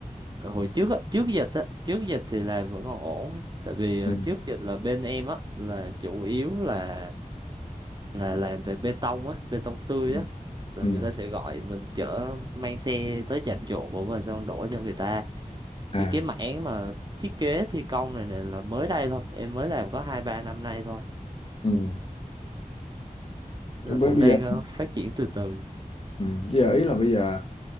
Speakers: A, on the right; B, on the left.
A: ờ, hồi trước á trước dịch á trước dịch thì là vẫn còn ổn tại vì ờ,
B: ừ
A: trước dịch là bên em á là chủ yếu là là làm về bê tông á bê tông tươi
B: ừ
A: á là
B: ừ.
A: người ta sẽ gọi mình chở mang xe tới trạm trộn của mình xong đổ cho người ta
B: à
A: thì cái mảng mà thiết kế thi công này, này là mới đây thôi em mới làm có hai ba năm nay thôi
B: ừ bây
A: Nên là cũng
B: bây
A: đang
B: giờ
A: ờ, phát triển từ từ
B: Ừ, giờ ý là bây giờ